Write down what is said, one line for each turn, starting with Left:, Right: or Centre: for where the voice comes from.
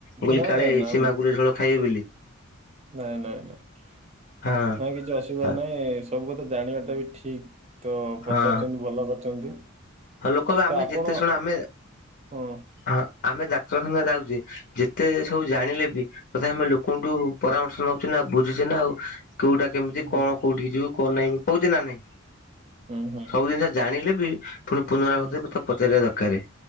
Left: ବୋଲି
Right: ନା
Left: କାଳେ
Right: ନା ନା
Left: ସେ ମାଗୁର ଝୋଳ ଖାଇବେ ବୋଲି।
Right: ନାଇଁ ନାଇଁ ନାଇଁ।
Left: ହଁ।
Right: ନାଇଁ କିଛି ଅସୁବିଧା
Left: ହଁ
Right: ନାହିଁ ସବୁ କଥା ଜାଣିବାଟା ବି ଠିକ। ତ
Left: ହଁ
Right: ପଚାରୁଛନ୍ତି ଭଲ କରିଛନ୍ତି।
Left: ହଁ ଲୋକ
Right: ତ
Left: ଆମେ
Right: ଆପଣ
Left: ଯେତେ ଶୁଣ ଆମେ
Right: ହଁ
Left: ହଁ ଆମେ ଡାକ୍ତରଖାନା ଯାଉଛେ ଯେତେ ସବୁ ଜାଣିଲେ ବି ତଥା ଆମେ ଲୋକଠୁ ପରାମର୍ଶ ନଉଛେ ନା ବୁଝୁଛେ ନା ଆଉ କୋଉଟା କେମିତି
Right: ହଁ।
Left: କଣ? କୋଉଠିକି ଯିବୁ କଣ ନାଇଁ କହୁଛି ନା ନାଇଁ
Right: ହୁଁ ହୁଁ
Left: ସବୁ ଜିନିଷ ଜାଣିଲେ ବି ପୁଣି ପୁନରାବୃତରେ
Right: ହୁଁ
Left: ମତେ ପଚାରିବା ଦରକାର।